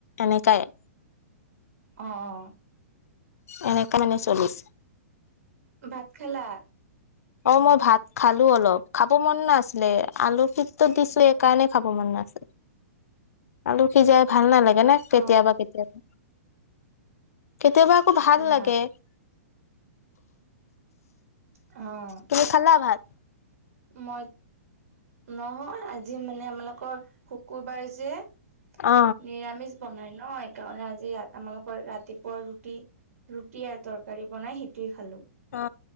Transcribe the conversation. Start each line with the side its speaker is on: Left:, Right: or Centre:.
Left: এনেকাই
Right: অ অ
Left: এনেকা মানে চলিছ
Right: ভাত, খালা?
Left: অ মই ভাত খালো অলপ খাব মন নাছিলে আলুত সেইটো দিছো সেইকাৰণে খাব মন নাছিলে
Right: <unintelligible>
Left: আলু সিজাই ভাল নালাগে না কেতিয়াবা
Right: অ
Left: কেতিয়াবা কেতিয়াবা আকৌ ভাল
Right: না
Left: লাগে
Right: অ
Left: তুমি খালা ভাত
Right: মই নহয় আজি মানে আমালোকৰ শুকুৰবাৰ যে
Left: অ
Right: নিৰামিষ বনাই ন সেইকাৰণে আজি আমালোকৰ ৰাতিপুৱা ৰুটি ৰুটি আৰু তৰকাৰী বনাই সেইটোৱে খালো।
Left: অ